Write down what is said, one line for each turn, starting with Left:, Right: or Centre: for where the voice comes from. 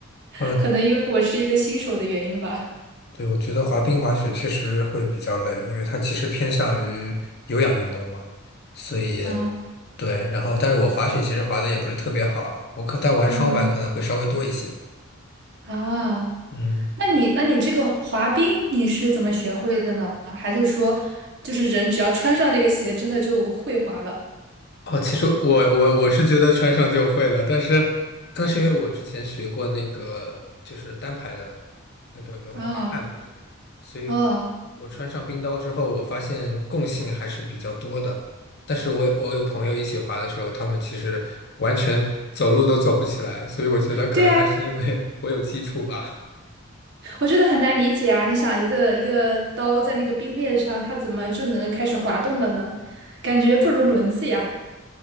Right: <laughs>
Left: 呃。
Right: 可能因为我是一个新手的原因吧。
Left: 对，我觉得滑冰滑雪确实会比较累，因为它其实偏向于有氧运动嘛，所以
Right: 啊，
Left: 对，然后但是我滑雪其实滑的也不是特别好啊，我可但玩双板可能会稍微多一些，
Right: 嗯啊。
Left: 嗯。
Right: 那你那你这个滑冰你是怎么学会的呢？还是说，就是人只要穿上那个鞋，真的就会滑了？
Left: 哦，其实我我我是觉得穿上就会了，但是那是因为我之前学过那个就是单排的那个轮滑旱冰，
Right: 啊
Left: 所以
Right: 哦，
Left: 我穿上冰刀之后，我发现共性还是比较多的。但是我我有朋友一起滑的时候，他们其实完全走路都走不起来，所以我觉得可能还是因为
Right: 对啊，
Left: <laughs> 我有基础吧。
Right: 我觉得很难理解啊！你想，一个一个刀在那个冰面上，它怎么就能开始滑动了呢？感觉不如轮子呀。